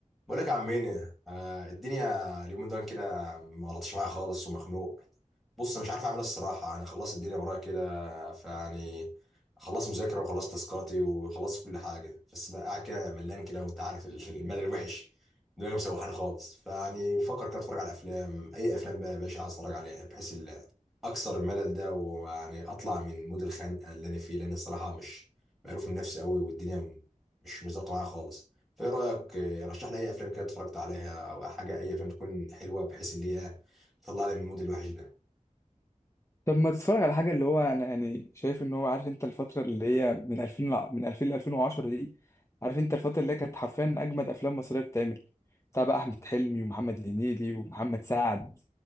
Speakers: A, in the centre; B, on the left.
A: بقول لك يا عم مينا آه الدنيا اليومين دول كده ما غلطش معايا خالص ومخنوق بص مش عارف اعمل ايه الصراحه انا خلصت الدنيا ورايا كده فيعني خلصت مذاكره وخلصت تاسكاتي وخلصت كل حاجه بس بقى قاعد كده ملان كده وانت عارف الملل الوحش دماغي مسوحاني خالص فيعني بفكر كده اتفرج على افلام اي افلام بقى يا باشا عايز اتفرج عليها بحيث ال- اكسر الملل ده ويعني اطلع من مود الخنقه اللي انا فيه لان الصراحه مش مقروف من نفسي قوي والدنيا مش مش ظابطه معايا خالص فايه رايك آه، رشح لي اي افلام كده اتفرجت عليها او حاجه اي افلام تكون حلوه بحيث اللي هي تطلعني من المود الوحش ده
B: طب ما تتفرج على حاجه اللي هو انا يعني شايف ان هو عارف انت الفتره اللي هي من 2000 لع- من 2000 ل 2010 دي عارف انت الفتره اللي هي كانت حرفيا اجمد افلام مصريه بتتعمل بتاع بقى احمد حلمي ومحمد هنيدي ومحمد سعد